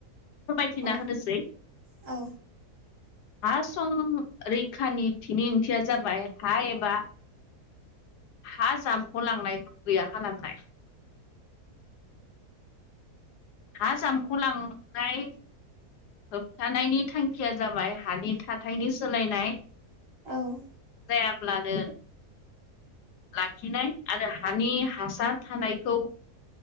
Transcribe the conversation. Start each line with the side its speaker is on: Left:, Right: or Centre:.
Left: फोरमायथिना
Right: औ
Left: होनोसै
Right: औ
Left: हा सं रैखानि थिनि ओंथिया जाबाय हा एबा हा जामख' लांनायबो गैया खालामनाय हा जामख' लांनाय होबथानायनि थांखिया जाबाय हानि थाथायनि सोलायनाय
Right: औ
Left: जायाब्लानो लाखिनाय आरो हानि हासार थानायखौ